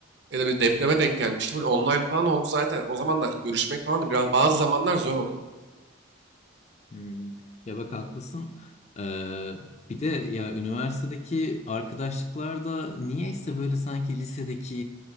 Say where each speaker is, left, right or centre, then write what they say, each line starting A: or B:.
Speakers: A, on the right; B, on the left.
A: ya da bir depreme denk gelmişti. Full online falan oldu zaten. O zamanlar görüşmek falan da biraz bazı zamanlar zor oluyor.
B: Hmm. Ya bak haklısın. Ee, bir de ya üniversitedeki arkadaşlıklar da niyeyse böyle sanki lisedeki